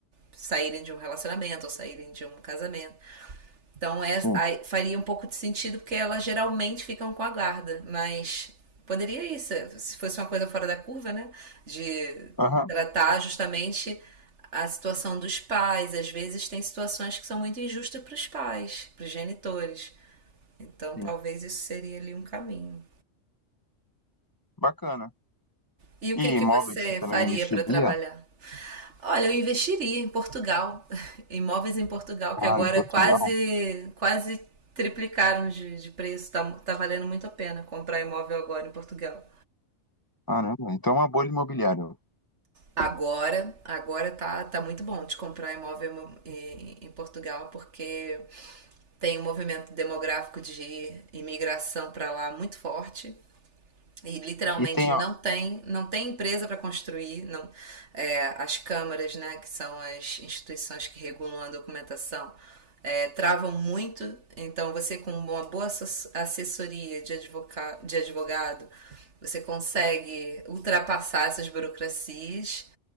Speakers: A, on the right; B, on the left.
A: saírem de um relacionamento ou saírem de um casamento. Então é,
B: sim.
A: aí faria um pouco de sentido porque elas geralmente ficam com a guarda, mas poderia isso, se fosse uma coisa fora da curva, né? De
B: Aham,
A: tratar justamente a situação dos pais. Às vezes tem situações que são muito injustas para os pais, para os genitores. Então
B: sim.
A: talvez isso seria ali um caminho.
B: Bacana.
A: E o
B: E
A: que que
B: imóveis
A: você
B: você também
A: faria
B: não investiria?
A: para trabalhar? Olha, eu investiria em Portugal, <laughs> imóveis em Portugal,
B: Ah,
A: que agora
B: em Portugal?
A: quase quase triplicaram de, de preço, tá, tá valendo muito a pena comprar imóvel agora em Portugal.
B: Caramba, então é uma bolha imobiliária.
A: Agora, agora tá, tá muito bom de comprar imóvel em, em Portugal, porque tem um movimento demográfico de imigração para lá muito forte. e literalmente
B: E tem,
A: não
B: ó,
A: tem não tem empresa para construir não é, as câmaras né que são as instituições que regulam a documentação é, travam muito então você com uma boa assessoria de advogado de advogado você consegue ultrapassar essas burocracias